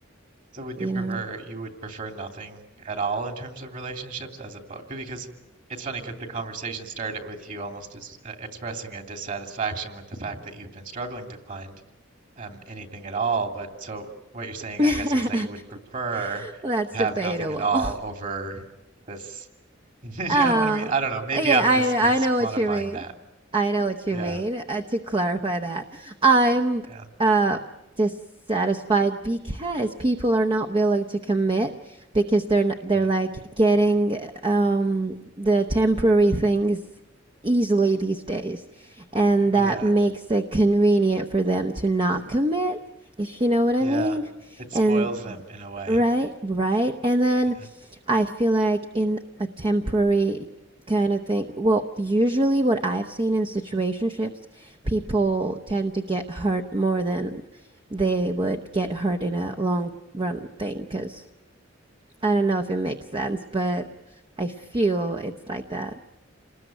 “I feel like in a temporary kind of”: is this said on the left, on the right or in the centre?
Right